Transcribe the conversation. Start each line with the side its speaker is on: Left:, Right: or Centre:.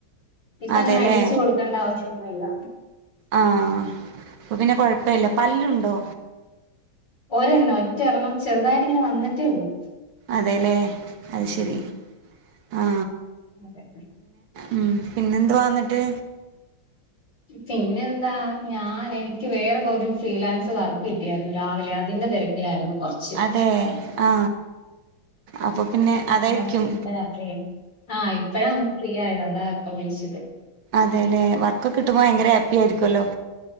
Left: ഇപ്പ
Right: അതെല്ലേ
Left: അങ്ങനെ അടിച്ചു കൊടുക്കേണ്ട ആവശ്യൊമൊന്നും ഇല്ല
Right: ആ അപ്പൊ പിന്നെ കുഴപ്പില്ല പല്ലുണ്ടോ
Left: ഒരെണ്ണം ഒറ്റ എറണ്ണം ചെറുതായിട്ട് ഇങ്ങനെ വന്നിട്ടേ ഉള്ളൂ
Right: അതെല്ലേ അത്
Left: ഉം
Right: ശരി ആ.
Left: അതെ.
Right: ഉം പിന്നെന്ത് വന്നിട്ട്?
Left: പിന്നെന്താ ഞാൻ എനിക്ക് വേറെ കുറ ഫ്രീലാൻസ് വർക്ക് കിട്ടിയായിരുന്നു രാവിലെ അതിന്റെ തിരക്കിലായിരുന്നു. കുറച്ച്
Right: അതെ ആ അപ്പൊ പിന്നെ അതായിരിക്കും
Left: അപ്പ ഇപ്പഴാ ഫ്രീ ആഹ് ഇപ്പഴാ ഒന്ന് ഫ്രീ ആയിരുന്നു അതാ ഇപ്പ വിളിച്ചത്.
Right: അതെ അല്ലെ വർക്കൊക്കെ കിട്ടുമ്പോ ഭയങ്കര ഹാപ്പി ആയിരിക്കുമല്ലോ.